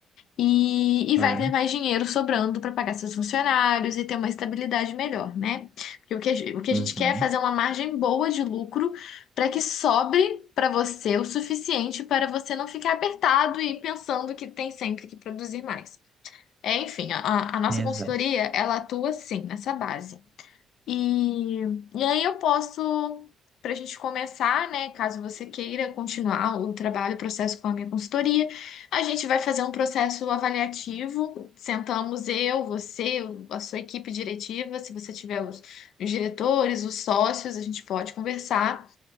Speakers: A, on the left; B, on the right.
A: E, e
B: claro.
A: vai ter mais dinheiro sobrando para pagar seus funcionários e ter uma estabilidade melhor, né? Porque o que a, ge- o que a
B: Uhum,
A: gente quer é fazer uma margem boa de lucro para que sobre para você o suficiente para você não ficar apertado e pensando que tem sempre que produzir mais. É, enfim, a, a a nossa
B: exato.
A: consultoria, ela atua sim nessa base. E, e aí eu posso, para a gente começar, né? Caso você queira continuar o trabalho, o processo com a minha consultoria, a gente vai fazer um processo avaliativo. Sentamos eu, você, a sua equipe diretiva, se você tiver os, os diretores, os sócios, a gente pode conversar.